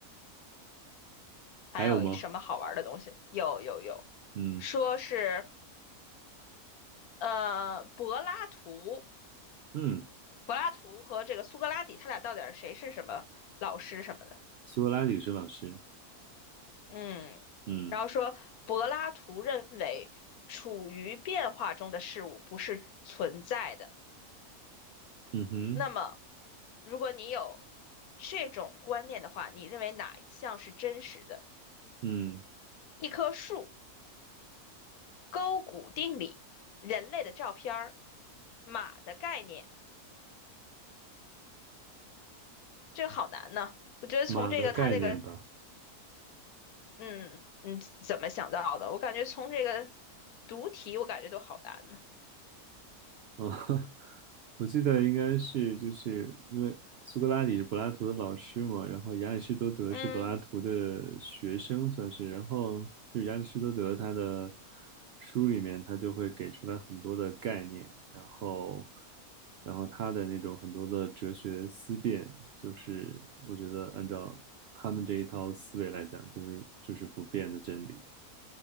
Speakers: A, on the left (about 75°); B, on the right (about 80°).
A: 还有什么好玩的东西？
B: 还有吗？
A: 有有有，
B: 嗯
A: 说是呃柏拉图
B: 嗯，
A: 柏拉图和这个苏格拉底，他俩到底谁是什么老师什么的？
B: 苏格拉底是老师，
A: 嗯，
B: 嗯
A: 然后说柏拉图认为处于变化中的事物不是存在的。
B: 嗯哼，
A: 那么，如果你有这种观念的话，你认为哪一项是真实的？
B: 嗯，
A: 一棵树、勾股定理、人类的照片马的概念，这个好难呢。我觉得从这个他这个
B: 马的概念吧。
A: 嗯，你怎么想到的？我感觉从这个读题，我感觉都好难呢。
B: 啊，<laughs> 我记得应该是就是因为苏格拉底是柏拉图的老师嘛，然后亚里士多德是柏拉图的学生算是，
A: 嗯，
B: 然后就亚里士多德他的书里面他就会给出来很多的概念，然后然后他的那种很多的哲学思辨，就是我觉得按照他们这一套思维来讲，就是就是不变的真理。